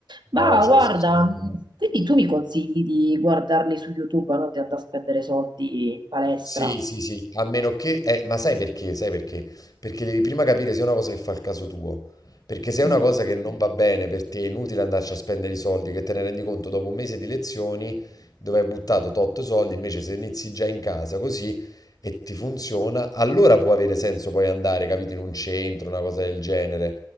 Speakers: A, on the right; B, on the left.
A: Ma
B: No, c'ho
A: guarda,
B: lo stesso problema.
A: quindi tu mi consigli di guardarli su YouTube, non di andare a spendere soldi in palestra?
B: Sì, sì, sì, a meno che... eh, ma sai perché? Sai perché? Perché devi prima capire se è una cosa che fa il caso tuo. Perché se è
A: Mm.
B: una cosa che non va bene per te, è inutile andarci a spendere i soldi, che te ne rendi conto dopo un mese di lezioni dove hai buttato tot soldi, invece se inizi già in casa così e ti funziona, allora può avere senso poi andare, capito, in un centro, una cosa del genere.